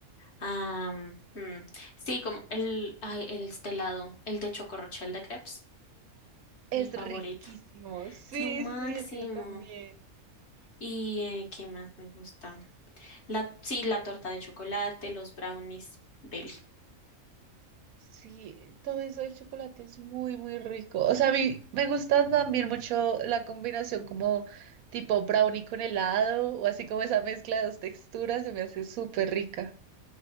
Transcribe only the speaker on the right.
Es
riquísimo. Sí,
sí, el mío también.
Sí, todo eso del chocolate es muy, muy rico. O sea, a mí me gusta también mucho la combinación como tipo brownie con helado o así como esa mezcla de dos texturas se me hace súper rica.